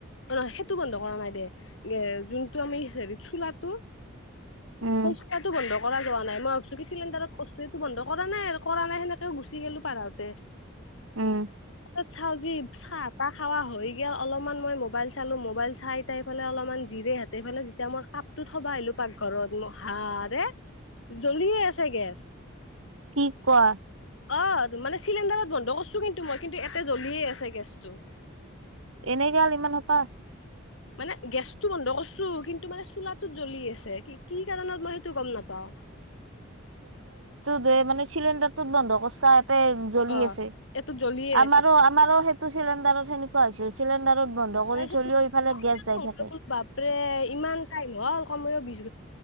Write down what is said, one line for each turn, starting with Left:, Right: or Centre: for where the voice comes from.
Left: নহয়। সেইটো বন্ধ কৰা নাই দে, এ যোনটো আমি হেৰি চোলাটো
Right: উম
Left: সে ইচকাৰ বন্ধ কৰা যোৱা নাই। মই ভাবিছো কি চিলিণ্ডাৰত কৰছো এইটো বন্ধ কৰা নাই আৰু কৰা নাই সেনেকেও গুচি গলো পাৰাওঁতে।
Right: উম
Left: ত চাও যি, চাহ তাহ খাৱা হৈ গেল অলপমান মই মবা মোবাইল চালো, মোবাইল চাই তাইফালে অলপমান জিৰে হেতে পেলে যেতিয়া মই কাপটো থবাই আহিলো পাকঘৰত। আৰে, জ্বলিয়ে আছে গেছ।
Right: কি কোৱা।
Left: অ, মানে চিলিণ্ডাৰত বন্ধ কৰিছো কিন্তু মই, কিন্তু এয়াতে জ্বলিয়ে আছে গেছটো।
Right: এনে গল ইমানহোপা?
Left: মানে গেছতটো বন্ধ কৰিছো, কিন্তু মানে চোলাটোত জ্বলি আছে কি কি কাৰণত মই সেইটো গম নাপাওঁ।
Right: টোৱে মানে চিলিণ্ডাৰ টোত বন্ধ কৰচা ইতে জ্বলি
Left: অ
Right: আছে।
Left: এইটোত জ্বলিয়ে
Right: আমাৰো
Left: আছে
Right: আমাৰো চিলিণ্ডাৰত সেনেকোৱা হৈছিল। চিলিণ্ডাৰত বন্ধ কৰি
Left: তাৰপিছত
Right: থলেও ইফালে গেছ যাই থাকে
Left: বাপৰে ইমান টাইম হল কমেও বিশ